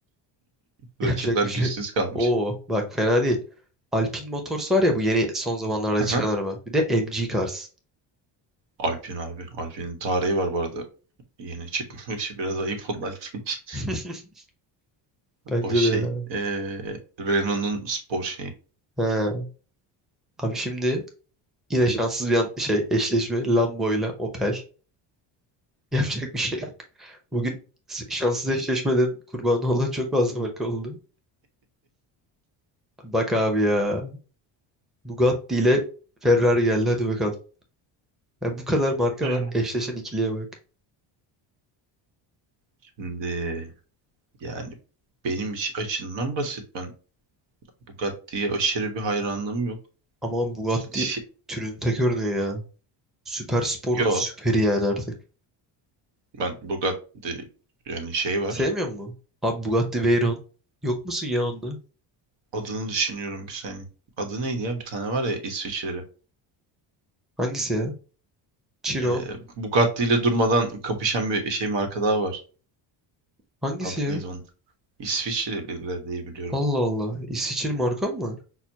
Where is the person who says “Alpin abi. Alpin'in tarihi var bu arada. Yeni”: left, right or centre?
Right